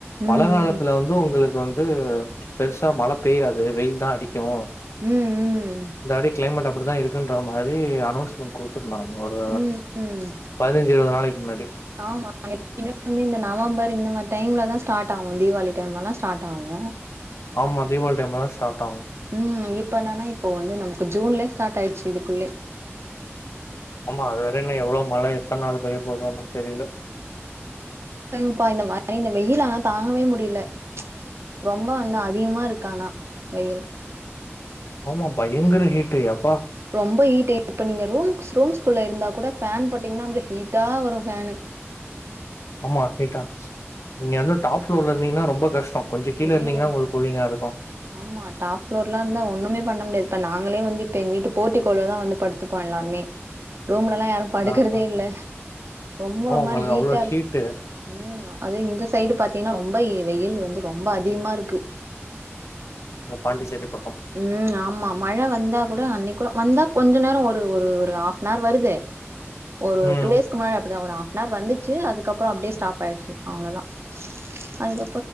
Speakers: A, on the left; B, on the right.
A: மழ
B: ம்
A: காலத்துல
B: ம்
A: வந்து உங்களுக் இது வந்து பெருசா மழ பெய்யாது வெயில் தா அடிக் கும்
B: ம் ம்
A: இந்தவாட்டி கிளைமேட் இப்டிதா இருக் இருக்குன்ற மாரி அலோன்ஸ்மெண்ட் குடுத்து நாங்க ஒரு
B: ம் ம்
A: பதினஞ்சு இருவது நாளைக்கு முன்னாடி
B: ஆமா எப்ப வந்து இந்த நவம்பர் இந்த மாரி டைம்ல தா ஸ்டாட் ஆவும் தீபாவளி டைம்லதா ஸ்டாட் ஆவு
A: ஆமா தீபாவளி டைம்ல தா ஸ்டாட் ஆவு
B: ம் இப்ப என்னானா இப்போ வந்து நமக்கு ஜூன்லயே ஸ்டாட் ஆயிருச்சு இதுக்குள்ளே
A: ஆமா அதுவரையிலு இன்னு எவ்ளோ மழ எத்தன நாள் பேய போதோன்னு தெரில
B: ப்பா இந்த மாரி இந்த வெயில் ஆனா தாங்கவே முடில ரொம்ப வந்து அதிகமா இருக்க ஆனா வெயில்
A: ஆமா பயங்கர ஹீட்டு அப்
B: ரொம்ப ஈட் இப்ப நீங்க ரூம் ஸ்ரூம்ஸ்குல்ல இருந்தா கூட பேன் போட்டீங்கன்னா அப்டி ஹீட்டா வரு பேனு
A: ஆமா ஹீட்டா நீங்க வந்து டாப் ப்லோர்ல இருந்தீங்கன்னா ரொம்ப கஷ்ட கொஞ்ச கீழ
B: ஐயயோ
A: இருந்தீங்கனா உங்களுக்கு கூலிங்கா இருக்கு
B: ஆமா டாப் ப்ளோர்லா இருந்தா ஒண்ணுமே பண்ண முடியாது இப்ப நாங்களே வந்து இப்ப எங்க வீட்டு போர்ட்டிக்கோள்ளதா வந்து படுத்துப்போ எல்லாருமே ரூம்லலா யாரு படுக்கிறதே
A: ஆ ஆ
B: இல்ல ரொம்ப
A: ஆமா
B: ஒரு
A: உங்களுக்கு
B: மாரி ஹீட்டா
A: அவ்ளோ
B: இருக்கு
A: ஹீட்டு
B: ம் அது இந்த சைடு பாத்தீங்கன்னா ரொம்ப வெயில் வந்து ரொம்ப அதிகமா இருக்கு
A: பாண்டிச்சேரிப்
B: ம் ஆமா மழ வந்தா கூட அன்னைக் கூட வந்தாப் கொஞ்ச நேர ஒரு ஒரு ஹாஃப்னவர் வருதே ஒரு
A: ம்
B: டூ இயர்ஸ்கு முன்னாடி அப்டிதா ஒரு ஆஃப் ஆனார் வந்துச்சு அதுக்கப்பறம் அப்டியே ஸ்டாப் ஆயிருச்சு அவ்வளதா அதுக்கப்